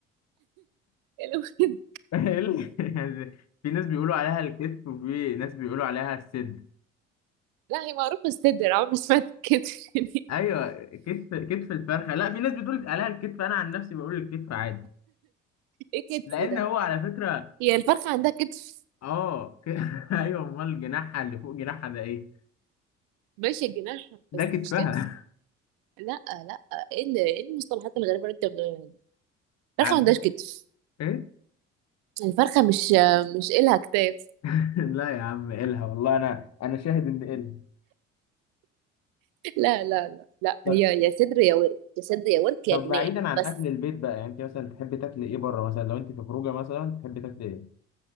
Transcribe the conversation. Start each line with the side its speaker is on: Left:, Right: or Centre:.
Right: الورك
Left: <laughs> إيه ال- يعني في ناس بيقولوا عليها الكتف وفي ناس بيقولوا عليها الصدر
Right: لا هي معروفه الصدر عمري ما سمعت الكتف <laughs>
Left: ايوه كتف كتف الفرخه لا في ناس بتقول عليها الكتف انا عن نفسي بقول الكتف عادي
Right: ايه كتف
Left: لان
Right: ده
Left: هو على فكره
Right: هي الفرخة عندها كتف
Left: اه ك... <laughs> ايوه امال جناحها اللي فوق جناحها ده ايه
Right: ماشي جناح
Left: ده
Right: بس
Left: كتفها
Right: مش كتف لا لا ايه ال- إيه المصطلحات الغريبة اللي انت بتقولها دي؟
Left: <laughs>
Right: الفرخة
Left: على
Right: ما عندهاش
Left: فكره
Right: كتف
Left: ايه
Right: الفرخة مش مش إلها كتاف
Left: <laughs> لا يا عم إلها والله انا انا شاهد ان إلها
Right: لا لا لا لا
Left: ط-
Right: هي يا صدر يا ورك يا صدر يا ورك
Left: طب
Right: يا جناح
Left: بعيدا عن
Right: بس
Left: اكل البيت بقى يعني انت مثلا تحب تاكل ايه بره مثلا لو انت في خروجه مثلا تحب تاكل ايه